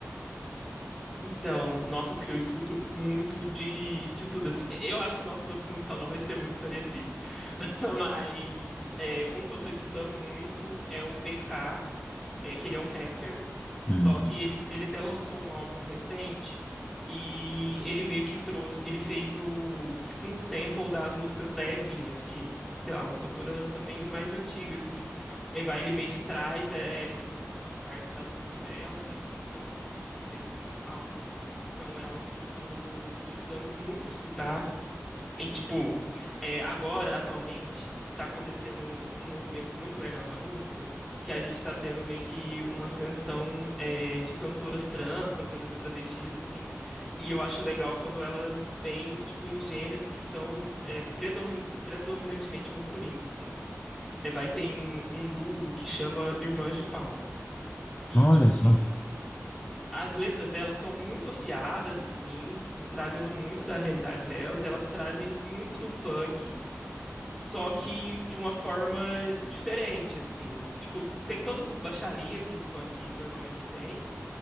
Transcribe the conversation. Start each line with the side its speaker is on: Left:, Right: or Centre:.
Centre: Então, nossa, porque eu escuto muito de, de tudo, assim. Eu acho que nosso gosto musical não vai ser muito parecido. <laughs> Mas é, um que eu tô escutando muito é o BK, é, que ele é um rapper,
Left: Hum,
Centre: só que ele, ele até lançou um álbum recente e ele meio que trouxe, ele fez o, tipo, um sample das músicas da Evinha, que, sei lá, uma cantora também mais antiga, assim. E vai, ele meio que traz é, umas partes da música dela, nesse- de algumas músicas desse álbum. Então é algo que eu tô gostando muito de escutar. E, tipo, é, agora, atualmente, tá acontecendo um movimento muito legal na música, que a gente tá tendo meio que uma ascensão, é, de cantoras trans, cantoras travestis, assim, e eu acho legal quando elas vêm, tipo, em gêneros que são, é, predomin- predominantemente masculinos, assim. É, vai, tem um duo que chama Irmãs de Pau, e,
Left: Olha
Centre: tipo, assim...
Left: só,
Centre: As letras delas são muito afiadas, assim, tipo, trazendo muito da realidade delas, e elas trazem muito do funk, só que de uma forma diferente, assim. Tipo, tem todas as baixarias que o funk normalmente tem,